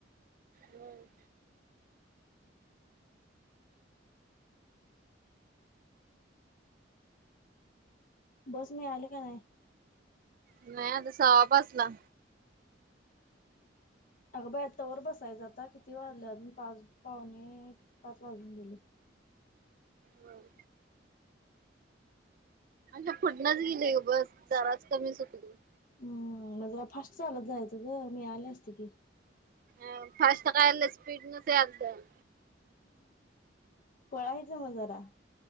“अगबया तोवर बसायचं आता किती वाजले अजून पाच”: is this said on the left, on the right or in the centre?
Left